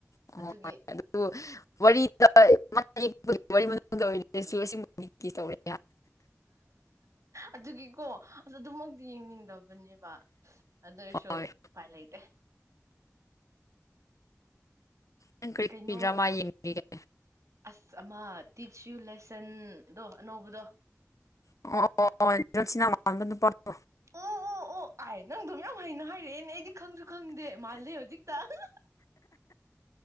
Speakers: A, on the left; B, on the right.
A: ꯑꯣ
B: ꯑꯗꯨꯒꯤ
A: ꯑꯗꯨ ꯋꯥꯔꯤꯗ <unintelligible> ꯑꯩꯁꯨ ꯑꯁꯦꯡꯕꯅꯤ ꯀꯤꯁ ꯇꯧꯔꯦ
B: ꯑꯗꯨꯒꯤꯀꯣ ꯑꯁ ꯑꯗꯨꯃꯛꯇꯤ ꯌꯦꯡꯅꯤꯡꯗꯕꯅꯦꯕ ꯑꯗꯨ ꯑꯣꯢꯔꯁꯨ
A: ꯍꯣꯏ
B: ꯎꯄꯥꯏꯂꯩꯇꯦ
A: ꯅꯪ ꯀꯔꯤ
B: ꯀꯩꯅꯣ
A: ꯀꯔꯤ ꯗ꯭ꯔꯃꯥ ꯌꯦꯡꯂꯤꯒꯦ
B: ꯑꯁ ꯑꯃ ꯇꯤꯠꯁ ꯌꯨ ꯂꯦꯁꯟ ꯗꯣ ꯑꯅꯧꯕꯗꯣ
A: <unintelligible> ꯅꯨꯄꯥꯗꯣ
B: ꯑꯣ ꯑꯣ ꯑꯣ ꯑꯥꯏ ꯅꯪꯗꯣ ꯃꯌꯥꯝ ꯍꯩꯅ ꯍꯥꯏꯔꯛꯑꯦꯅꯦ ꯑꯩꯗꯤ ꯈꯪꯖꯨ ꯈꯪꯗꯦ ꯃꯥꯜꯂꯦ ꯍꯨꯖꯤꯛꯇ ꯑꯗꯨ